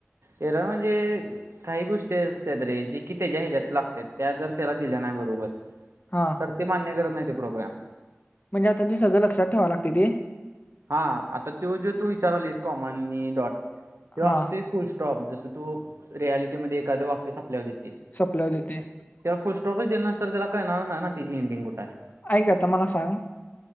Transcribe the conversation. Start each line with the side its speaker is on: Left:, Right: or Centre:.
Right: एरर म्हणजे काही गोष्टी असत्यात रे जे की त्याच्या ह्याच्यात लागत्यात जर त्याला दिल्या नाही बरोबर
Left: हा
Right: तर ते मान्य करत नाही प्रोग्रॅम
Left: म्हणजे आता ते सगळं लक्षात ठेवाय लागतय ते
Right: हा आता त्यो जो तू विचारलीस कॉमा नी डॉट त्यो
Left: हा
Right: असतोय फुल स्टॉप जसं तू रियालिटीमध्ये एखादं वाक्य संपल्यावर देेतीस.
Left: सपल्यावर देते
Right: त्याला फुल स्टॉपच दिला नाहीस तर त्याला काळणारचं नाही ना तिची एंडिंग कुठं हाय?
Left: ऐका आता मला सांग